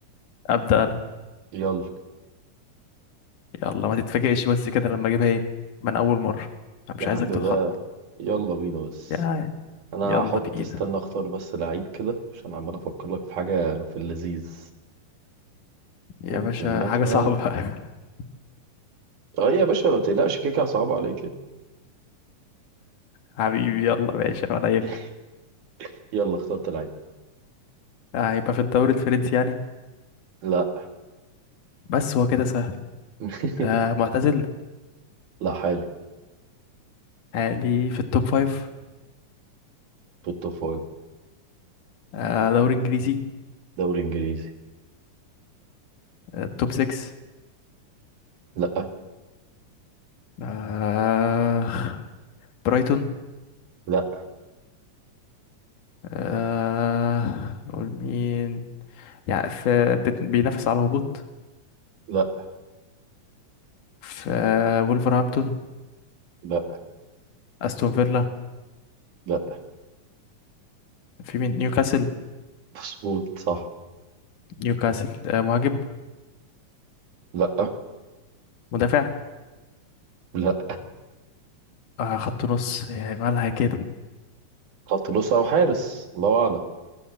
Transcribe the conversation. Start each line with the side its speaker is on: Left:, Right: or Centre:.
Left: ابدأ انا
Right: يلا
Left: يلا ما تتفاجئش بس كده لما اجيبها ايه من اول مرة أنا مش
Right: يا عم
Left: عايزك
Right: بقى
Left: تتخض
Right: يلا بينا بس
Left: يا
Right: انا
Left: يلا
Right: هحط
Left: بينا
Right: استنى اختار بس لعيب كده عشان عمال افكر لك في حاجه في اللذيذ
Left: يا
Right: ممكن
Left: باشا
Right: مثلا
Left: حاجة صعبة <laughs>
Right: اه يا باشا ما تقلقش كيكه صعبه عليك
Left: حبيبي يلا ماشي ولا يفرق
Right: <laughs> يلا اخترت لعيب
Left: آه، هيبقى في الدوري الفرنسي يعني
Right: لا
Left: بس هو كده سهل
Right: <laughs>
Left: آه معتزل
Right: لا حالي
Left: عالي في التوب فايف
Right: بالتوب فايف
Left: آه دوري إنجليزي
Right: دوري انجليزي
Left: آه توب سكس
Right: لا
Left: آه برايتون
Right: لا
Left: آه نقول مين يعني في بت- بينافس على الهبوط
Right: لا
Left: في آه وولفرهامبتون
Right: لا
Left: أستون فيلا
Right: لا
Left: في مين نيوكاسل
Right: مظبوط صح
Left: نيوكاسل آه مهاجم
Right: لا
Left: مدافع
Right: لا
Left: آه خط نص يعني مالها كده
Right: خط نص او حارس الله اعلم